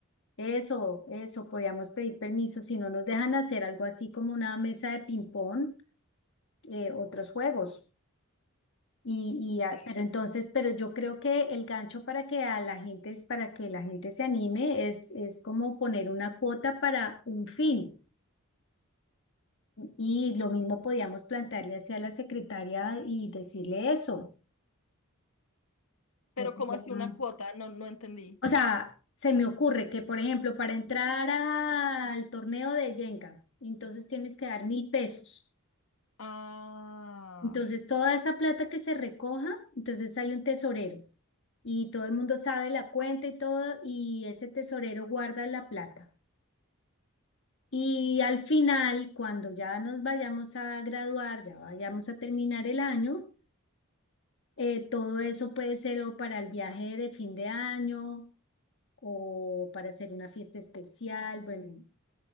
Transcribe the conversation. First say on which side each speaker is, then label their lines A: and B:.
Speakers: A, on the left; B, on the left.
A: eso, eso, podíamos pedir permiso si no nos dejan hacer algo así como una mesa de ping-pong, eh, otros juegos. Y, y a-
B: sí.
A: pero entonces, pero yo creo que el gancho para que a la gente, para que la gente se anime es, es como poner una cuota para un fin. Y lo mismo podíamos plantearle hacia la secretaria y decirle eso.
B: Pero
A: Entonces,
B: cómo así
A: no-
B: una cuota? No, no entendí.
A: O sea, se me ocurre que, por ejemplo, para entrar al torneo de Jenga, entonces tienes que dar mil pesos.
B: Ah,
A: Entonces, toda esa plata que se recoja, entonces hay un tesorero y todo el mundo sabe la cuenta y todo, y ese tesorero guarda la plata. Y al final, cuando ya nos vayamos a graduar, ya vayamos a terminar el año, eh, todo eso puede ser o para el viaje de fin de año o para hacer una fiesta especial, bueno,